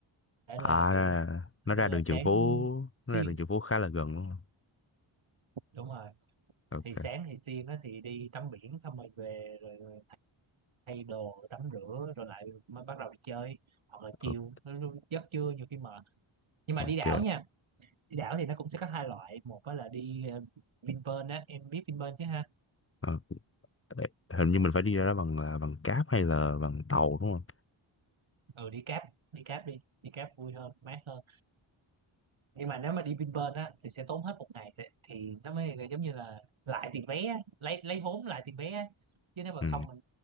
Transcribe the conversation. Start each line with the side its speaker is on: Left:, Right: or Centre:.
Right: thể
Left: À
Right: là kiểu
Left: ra, nó
Right: có thể
Left: ra
Right: là
Left: đường
Right: sáng
Left: Trần Phú,
Right: xiên
Left: nó ra đường Trần Phú khá là gần đúng không?
Right: đúng rồi
Left: Ok.
Right: thì sáng thì xiên á thì đi tắm biển xong rồi về rồi rồi thay đồ tắm rửa rồi lại mới bắt đầu đi chơi hoặc là chiều
Left: Ok.
Right: nó- nó giấc trưa nhiều khi mệt nhưng mà
Left: ok.
Right: đi đảo nha đi đảo thì nó cũng sẽ có hai loại một á là đi ờ, Vinpearl á em biết Vinpearl chứ ha
Left: Ờ, ê, hình như mình phải đi ra đó bằng là bằng cáp hay là bằng tàu đúng không?
Right: ừ đi cáp đi cáp đi đi cáp vui hơn mát hơn nhưng mà nếu mà đi Vinpearl á thì sẽ tốn hết một ngày thì, thì nó mới giống như là lại tiền vé á, lấy lấy vốn lại tiền vé á. chứ nếu mà
Left: Ừ.
Right: không mình